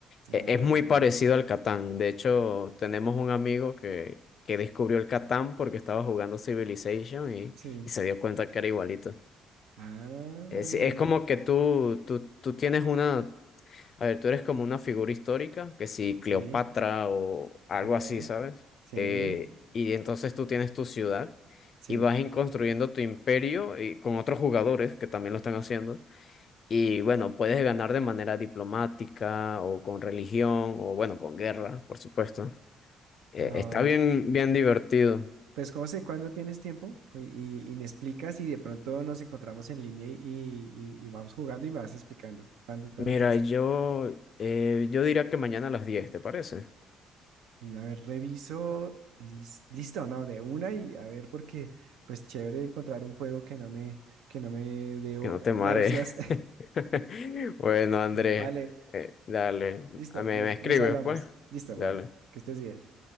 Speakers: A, on the right (about 85°); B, on the left (about 50°).
A: Ah,
B: E- es muy parecido al Catán. De hecho, tenemos un amigo que, que descubrió el Catán porque estaba jugando Civilization y,
A: sí.
B: y se dio cuenta que era igualito.
A: Ah,
B: Es, es como que tú, tú, tú tienes una, a ver, tú eres como una figura histórica, que si
A: sí,
B: Cleopatra o algo
A: ok.
B: así, ¿sabes?
A: Sí,
B: Eh, y entonces tú tienes tu ciudad
A: sí.
B: y vas en- construyendo tu imperio y con otros jugadores que también lo están haciendo. Y bueno, puedes ganar de manera diplomática o con religión o bueno, con guerra, por supuesto. Eh,
A: No,
B: está bien, bien divertido.
A: Pues José, ¿cuándo tienes tiempo? Co- Y, y me explicas y de pronto nos encontramos en línea y, y- y vamos jugando y me vas explicando. ¿Cuándo, cuándo
B: Mira,
A: tienes tiempo?
B: yo, eh, yo diría que mañana a las 10, ¿te parece?
A: A ver, reviso. lis- listo, ¿no? De una y a ver, porque pues chévere encontrar un juego que no me, que no me dé o-
B: Que no
A: náuseas.
B: te mare. <laughs> Bueno, Andrés,
A: <laughs> Vale,
B: eh, dale.
A: listo,
B: A mí
A: nos,
B: me escribes,
A: nos hablamos.
B: pues.
A: Listo,
B: Dale.
A: bueno, que estés bien.